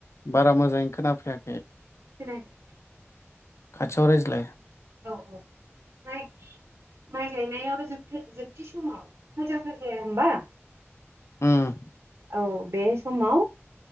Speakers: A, on the left; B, on the right.
A: बारा मोजाङै खोनाफैयाखै।
B: खोनायाखै
A: खाथियाव रायज्लाय
B: औ औ माइ माइ गायनायाव जोबथि समाव। हाल जांख्रा जाया होमबा
A: उम
B: औ बे समाव